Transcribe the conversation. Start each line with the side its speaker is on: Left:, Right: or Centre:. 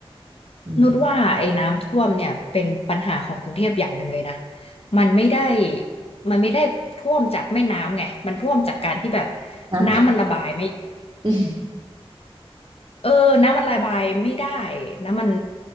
Right: อืม
Left: นุชว่าไอ้น้ำท่วมเนี่ยเป็นปัญหาของกรุงเทพอย่างหนึ่งเลยนะมันไม่ได้มันไม่ได้ท่วมจากแม่น้ำไงมันท่วมจากการที่แบบ
Right: น้ำขัง
Left: น้ำมันระบายไม่
Right: <laughs>
Left: เออน้ำมันระบายไม่ได้น้ำมัน